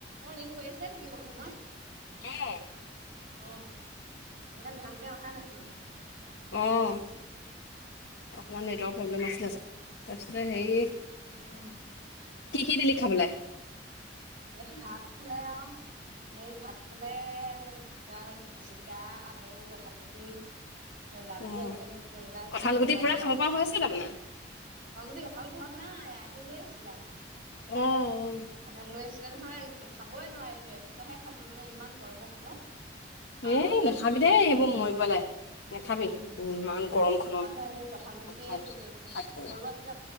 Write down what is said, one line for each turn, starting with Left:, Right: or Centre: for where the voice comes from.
Right: অ ring কৰি আছিলা নেকি বহু তোমাৰ?
Left: এ!
Right: অহ, এদাল ভালকে অহাই নাছিলে?
Left: অঁ, অকণমান নেটৱৰ্কৰ প্ৰব্লেম আছিলে, তাৰপিছতে হেৰি
Right: উম।
Left: কি কি দিলি খাবলৈ?
Right: এই ভাত খালে আৰু সেই ভাত খালে কিমান জিকা, আলু, কঠাল গুটি দালি
Left: অ
Right: এনেকে মিস্ক কৰিপেলে
Left: কঁঠাল
Right: হেৰিকে
Left: গুটি
Right: বনালে
Left: পুৰা
Right: মায়ে।
Left: খাব পৰা হৈছে তাৰমানে
Right: কঁঠাল গুটি কঁঠাল ঘৰত নাই আইতাই লৈ আহিছিলে আহোঁতে।
Left: অ অ
Right: কঠাল লৈ আহিছিলে নহয় খাবই নোৱাৰিলো এফুটাহে খালো মানে ইমান গৰমৰ কোবত। আৰু
Left: এ
Right: এটা ভক্তি
Left: নাখাবি
Right: আছে
Left: দেই
Right: বলিদান
Left: এইবোৰ মৰিবলে নাখাবি
Right: উম,
Left: ইমান গৰমখনত
Right: তাৰপিছত সেই কঁঠাল গুটিয়ে
Left: খাই
Right: গোটেই কেই
Left: থাকিব
Right: সৰু আছিলে